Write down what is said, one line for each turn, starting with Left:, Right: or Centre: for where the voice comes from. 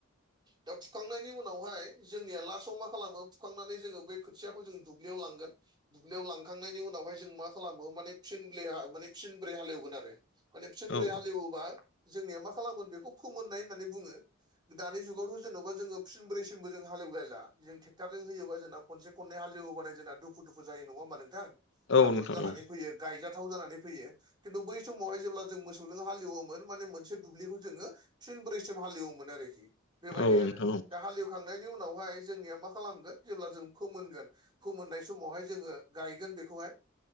Right: दा फुखांनायनि उनावहाय जोंनिया लास्टआव मा खालामो फुखांनानै जोङो बै खोथियाखौ जोंङ दुब्लियाव लांगोन दुब्लियाव लांखांनायनि उनावहाय जों मा खालामो माने फिनब्रे माने फिनब्रै हालेवगोन आरो माने फिनब्रै
Left: औ
Right: हालेवोबा जोंनिया मा खालामगोन बेखौ फोमोननाय होननानै बुङो। दानि जुगावथ' जेन'बा जोङो साबसिन ब्रैसिमबो जों हालेवलायला जों ट्रेक्टारजों होयोब जोंना खनसे खन हालेव होनाय जोंना दखु दु जायो नङाोमबा नोंथां?
Left: औ नोंथां औ
Right: हाब्रु
Left: नोंथां
Right: जानानै
Left: औ
Right: फैयो गायजाथाव जानानै फैयो खिन्थु बै समावहाय जेब्ला जों मोसौजों हालेवोमोन। माने मोनसे दुब्लिखौ जोंङो फिनब्रैसिन हालएवोमोन आरोखि बेबायदि
Left: औ
Right: आरो
Left: नोंथां
Right: दा हालएव खांनायनि उनावहाय जोंनिया मा खालामगोन जेब्ला जों फोमोनगोन। फोमोननाय समावहाय जोङो गायगोन बेखौहाय